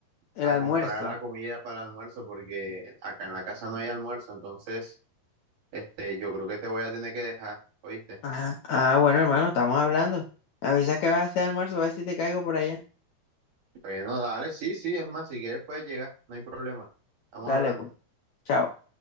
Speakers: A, on the left; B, on the right.
A: El
B: a
A: almuerzo.
B: comprar la comida para el almuerzo porque acá en la casa no hay almuerzo, entonces este, yo creo que te voy a tener que dejar, ¿oíste?
A: Ajá. Ah, bueno, hermano, estamos hablando. Avisa que vas a hacer almuerzo, a ver si te caigo por allá.
B: Bueno, dale, sí, sí, es más, si quieres puedes llegar, no hay problema. Estamos
A: Dale,
B: hablando.
A: pues. Chao.